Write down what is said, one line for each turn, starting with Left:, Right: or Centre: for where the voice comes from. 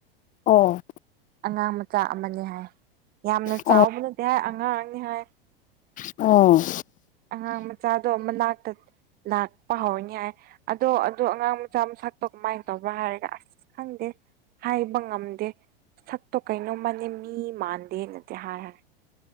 Left: ꯑꯣ
Right: ꯑꯉꯥꯡ ꯃꯆꯥ ꯑꯃ ꯍꯥꯏ ꯌꯥꯝꯅ
Left: ꯑꯣ
Right: ꯆꯥꯎꯕ ꯅꯠꯇꯦ ꯍꯥꯏ ꯑꯉꯥꯡꯅꯤ ꯍꯥꯏ
Left: ꯑꯣ
Right: ꯑꯉꯥꯡ ꯃꯆꯥꯗꯣ ꯑꯃ ꯂꯥꯛꯇ ꯂꯥꯛꯄ ꯍꯧꯅꯤ ꯍꯥꯏ ꯑꯗꯣ ꯑꯗꯣ ꯑꯉꯥꯡ ꯃꯆꯥ ꯑꯃ ꯀꯃꯥꯏꯅ ꯇꯧꯕ꯭ꯔꯥ ꯍꯥꯏꯔꯒ ꯑꯁ ꯈꯪꯗꯦ ꯍꯥꯏꯕ ꯉꯝꯗꯦ ꯁꯛꯇꯣ ꯀꯩꯅꯣꯝ ꯃꯥꯥꯟꯜꯂꯤ ꯃꯤ ꯃꯥꯟꯗꯦꯅꯗꯤ ꯍꯥꯏꯔꯦ